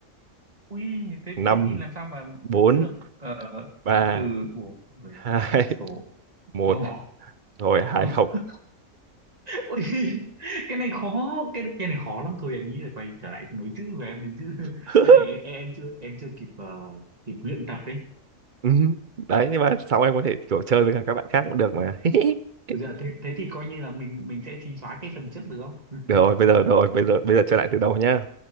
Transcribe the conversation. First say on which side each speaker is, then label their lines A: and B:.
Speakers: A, on the right; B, on the right.
A: Ui, thế
B: năm
A: thế thì làm sao mà
B: bốn
A: tức, tức là ờ,
B: ba
A: từ bộ bảy
B: hai
A: số
B: một
A: rồi.
B: rồi hai
A: <laughs>
B: không
A: Ui, cái này khó, cái cái này khó lắm thôi em nghĩ là quay trở lại nối chữ của em đi chứ.
B: <laughs>
A: Cái này em, em chưa em chưa kịp ờ, kịp luyện tập đấy
B: Ừ, đấy nhưng mà sau em có thể kiểu chơi với cả các bạn khác cũng được mà <laughs>
A: Dạ thế thế thì coi như là mình mình sẽ xí xóa cái phần trước được không?
B: được rồi bây giờ rồi bây giờ bây giờ chơi lại từ đầu nhá